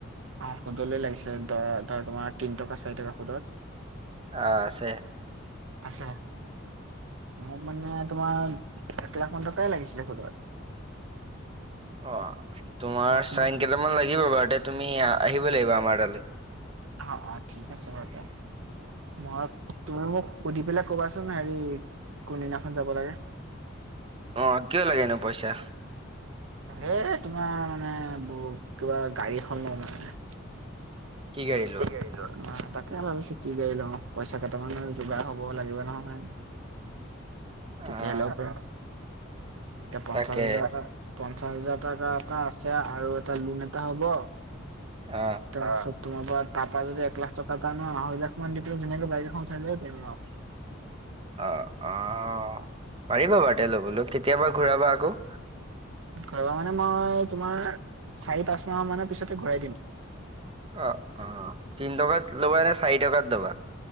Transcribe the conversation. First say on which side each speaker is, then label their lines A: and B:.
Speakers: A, on the right; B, on the right.
A: অ সুদলৈ লাগিছে ধ ধৰ তোমাৰ তিন টকা চাৰি টকা সুদত
B: অঁ আছে
A: আছে মোক মানে তোমাৰ এক লাখ মান টকাই লাগিছিলে সুদত
B: অ তোমাৰ
A: তেওঁ
B: চাইন কেইটামান লাগিব বাৰু তে তুমি আহিব লাগিব আমাৰ তালে
A: অ অ ঠিক আছে বা তে মই তুমি মোক সুধি পেলাই কবাচোন হেৰি কোনদিনাখন যাব লাগে
B: অ কিয় লাগেনো পইচা
A: এ তোমাৰ মানে ব কিবা গাড়ী এখন লম মানে
B: কি গাড়ী লোৱা
A: কেতিয়াকে তাকে ভাবিছো কি গাড়ী লওঁ পইচা কেইটামানৰ যোগাৰ হব লাগিব নহয়
B: আহ
A: কেতিয়া লব পাও এতিয়া পঞ্চাশ
B: তাকে
A: হাজাৰ এটা পঞ্চাশ হাজাৰ টকা এটা আছে আৰু এটা লোন এটা হ'ব
B: অ
A: তাৰপিছত তোমাৰ পা তাৰ পা যদি এক লাখ টকা এটা আনো আঢ়ৈ লাখ মান দি পেলাই ধুনীয়াকে বাইক এখন উঠাই লৈ আহিব পাৰিম আও
B: অঁ অঁ পাৰিবা বাৰু এতিয়া লবলৈ কেতিয়াবা ঘূৰাবা আকৌ
A: ঘূৰাব মানে মই তোমাৰ চাৰি পাঁচ মাহৰ মানৰ পিছতে ঘূৰাই দিম
B: অ অ তিন টকাত ল'বা নে চাৰি টকাত ল'বা